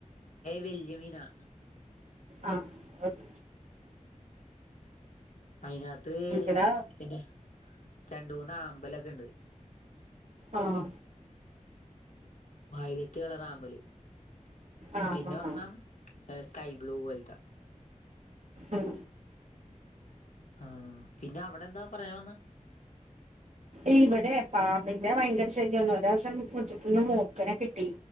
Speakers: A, on the left; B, on the right.
A: വല്ല്യ മീനാ
B: ആഹ് അത്
A: അയിനാത്ത്
B: ഇവിടെ ആ
A: പിന്നെ രണ്ട് മൂന്ന് ആമ്പലൊക്കെ ഇണ്ട്
B: ആഹ
A: വയലറ്റ് കളറ് ആമ്പല്
B: ആ
A: പിന്നെ ഒരണ്ണം ഏ കൈ ബ്ലൂ പോലതെ
B: ഉം
A: ആഹ പിന്നെ അവടെ എന്താ പറയാൻ വന്നേ
B: ഇവടെ പാമ്പിന്റെ ഭയങ്കര ശല്യം ഒരോസം മുറ്റത് ന്ന് മൂർക്കനെ കിട്ടി